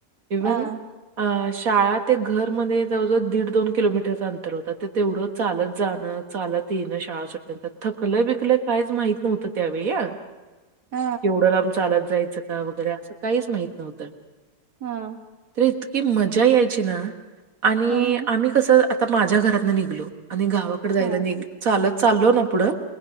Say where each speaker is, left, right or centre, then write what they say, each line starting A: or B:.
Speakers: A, on the right (about 55°); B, on the right (about 80°).
A: इव्हन
B: अ
A: अ शाळा ते घरमध्ये जवळजवळ दीड दोन किलोमीटरच अंतर होता ते तेवढं चालत जाणं चालत ये ना शाळा सुटल्यानंतर थकलं बिकलं काहीच माहित नव्हतं त्यावेळी या
B: अ
A: केवढं लाब चा आलत जायचं का वगैरे असं काहीच माहित नव्हतं
B: हम
A: तर इतकी मजा यायची ना आणि.
B: ह
A: आम्ही कसं आता माझ्या घरातन निघलो आणि गावाकडे जायला
B: ह
A: नि चालत चालो ना पुढं.